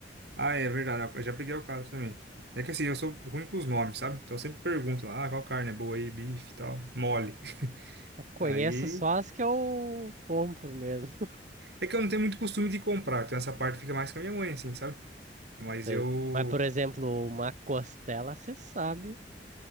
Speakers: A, on the right; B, on the right.
A: Ah, é verdade, eu já peguei o caso também. É que assim, eu sou ruim com os nomes, sabe? Então eu sempre pergunto lá, ah, qual carne é boa aí, bife e tal, mole. <laughs>
B: Eu conheço
A: Aí.
B: só as que eu compro mesmo.
A: É que eu não tenho muito costume de comprar, então essa parte fica mais com a minha mãe, assim, sabe?
B: <laughs>
A: Mas
B: Sei.
A: eu.
B: Mas, por exemplo, uma costela, você sabe,